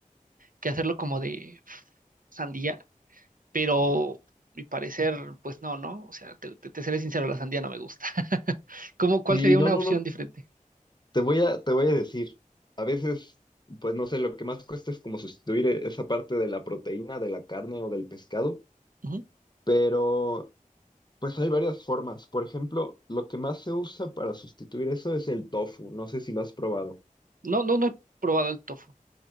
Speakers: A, on the right; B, on the left.
A: que hacerlo como de sandía, pero mi parecer, pues no, ¿no? O sea, te, te- te seré sincero, la sandía no me gusta. <laughs> ¿Cómo, cuál
B: Y
A: sería
B: no,
A: una
B: no,
A: opción
B: no.
A: diferente?
B: Te voy a, te voy a decir. A veces, pues no sé, lo que más cuesta es como sustituir e- esa parte de la proteína, de la carne o del pescado,
A: Ujú.
B: pero pues hay varias formas. Por ejemplo, lo que más se usa para sustituir eso es el tofu. No sé si lo has probado.
A: No, no, no he probado el tofu,